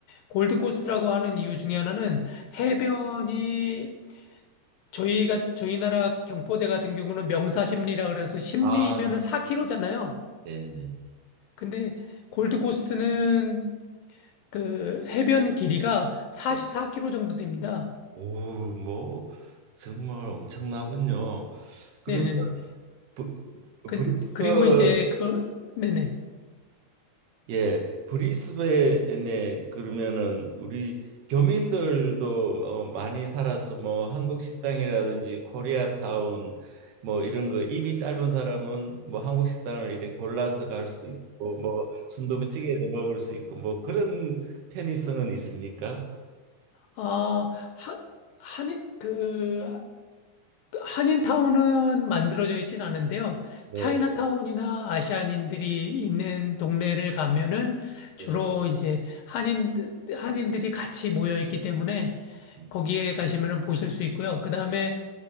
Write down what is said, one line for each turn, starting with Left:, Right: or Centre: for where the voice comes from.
Left: 골드코스트라고 하는 이유 중에 하나는 해변이 저희가 저희 나라 경포대 같은 경우는 명사십리라 그래서 십리이면은
Right: 아, 네,
Left: 4km잖아요.
Right: 네, 네.
Left: 근데 골드코스트는 그 해변 길이가 44km
Right: 네.
Left: 정도 됩니다.
Right: 오, 뭐 정말 엄청나군요. 그러면
Left: 네네네.
Right: 브,
Left: 근데
Right: 브리스번에
Left: 그리고 이제 그 네네.
Right: 예 브리스번에 그러면은 우리 교민들도 어, 많이 살아서 뭐 한국 식당이라든지 코리아타운 뭐 이런 거 입이 짧은 사람은 뭐 한국 식당을 이렇게 골라서 갈 수 있고 뭐 순두부찌개도 먹을 수 있고 뭐 그런 편의성은 있습니까?
Left: 아, 하, 한인, 그, 한인타운은 만들어져 있진 않은데요.
Right: 네,
Left: 차이나타운이나 아시안인들이 있는 동네를 가면은 주로
Right: 네,
Left: 이제 한인, 한인들이 같이 모여 있기 때문에
Right: 음,
Left: 거기에 가시면은 보실 수 있고요. 그 다음에